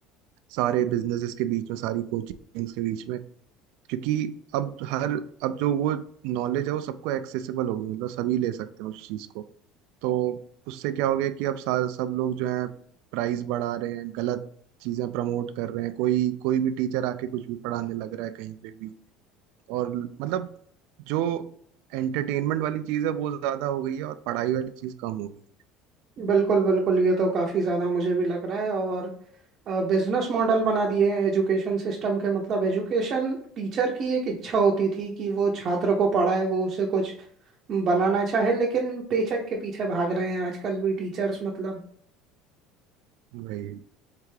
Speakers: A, on the right; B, on the right.
A: सारे बिजनेसेस के बीच में सारी कोचिंग्स के बीच में क्योंकि अब हर अब जो वो नॉलेज है वो सबको एक्सेसिबल हो गई मतलब सभी ले सकते हैं उस चीज को तो उससे क्या हो गया कि अब सा- सब लोग जो है प्राइस बढ़ा रहे हैं गलत चीजें प्रमोट कर रहे हैं कोई कोई भी टीचर आके कुछ भी पढ़ाने लग रहा है कहीं पे भी और मतलब जो एंटरटेनमेंट वाली चीज है वो ज्यादा हो गई है और पढ़ाई वाली चीज कम हो गई
B: बिल्कुल बिल्कुल ये तो काफी ज्यादा मुझे भी लग रहा है और बिजनेस मॉडल बना दिए हैं एजुकेशन सिस्टम के मतलब एजुकेशन टीचर की एक इच्छा होती थी कि वो छात्र को पढ़ाए वो उसे कुछ बनाना चाहे लेकिन पेचेक के पीछे भाग रहे हैं आजकल भी टीचर्स मतलब
A: है भाई